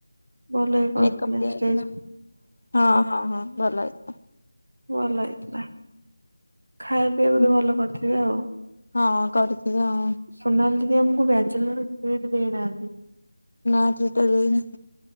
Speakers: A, on the right; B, on the left.
A: ଭଲ ହିଁ କରିଥିଲା
B: ମେକଅପ୍ ଦିଆହେଇଥିଲା।
A: ଷ୍ଟେଜ
B: ହଁ ହଁ ହଁ ଭଲ ହେଇଥିଲା।
A: ଭଲହେଇ ଥିଲା। ଖାଇବା ପିଇବା ବୋଧେ
B: ହୁଁ।
A: ଭଲ କରିଥିବେ ଆଉ?
B: ହଁ କରିଥିଲି ହଁ
A: ସୋନାଲି ସେ ଆମକୁ ବ୍ୟାଚଲର ଫିଡ୍ ଦେଇନାହାଁନ୍ତି।
B: ନା ଟ୍ରିଟର <unintelligible>